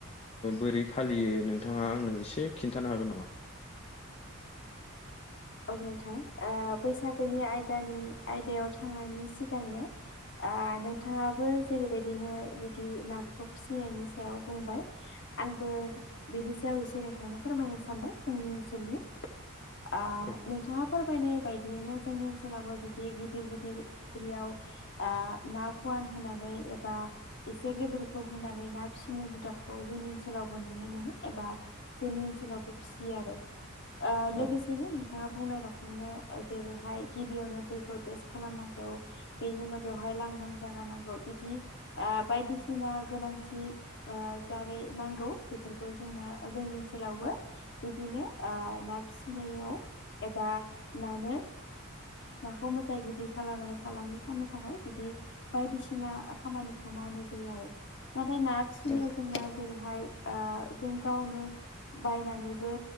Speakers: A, on the left; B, on the left.
A: बोरै फालियो नोंथाङा आंनो एसे खिन्थानो हागोन नामा?
B: औ नोंथां बैसागोनि आयदानि आयदायाव थांनायनि सिगांनो नोंथाङाबो जेरैबायदिनो बिदि नाखौ फिसिनायनि सायाव बुंबाय। आंबो बिनि सायाव एसे नोंथांनो फोरमायनो सानदों जोंनि ओनसोलनि। ओं।
A: औ
B: नोंथां फोरमायनाय बायदियैनो जोंनि ओनसोलावबो बिदि गिदिर गिदिर फुख्रियाव ना फुवान होनानै एबा एसे गिदोरखौ होनानै ना फिसिनाय हुदाखौ जोंनि ओनसोलावबो एबा जोंनि ओनसोलावबो फिसियो आरो
A: औ
B: लोगोसेनो नोंथाङा रखनो जेरैहाय गिबियावनो दैखौ टेस्ट खालामनांगौ बेनि उनाव बेवहाय जायगा नांगौ बिदि बायदिसिना गोनांथि जारै नांगौ। बेफोरखौ जोंना जोंनि ओनसोलावबो बिदिनो ना फिसिनायाव एबा मानो नाखौ मोजां गिदिर खालामलानानै फालांगि खालामनो थाखाय बिदि बायदिसिना खामानिखौ मावो मावनाय जायो आरो नाथाय ना फिसिनायाव
A: औ
B: जोंना जेरैहाय जों गावनो बायनानैबो